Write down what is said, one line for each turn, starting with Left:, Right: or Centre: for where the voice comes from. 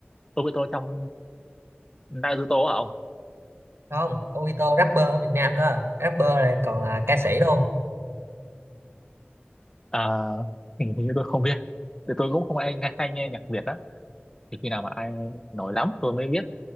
Left: Obito trong Naruto á không
Right: không Obito rapper ở Việt Nam cơ rapper này còn là ca sĩ luôn
Left: à, hình hình như tôi không biết thì tôi cũng không ai hay, hay nghe nhạc Việt á thì khi nào mà ai nổi lắm tôi mới biết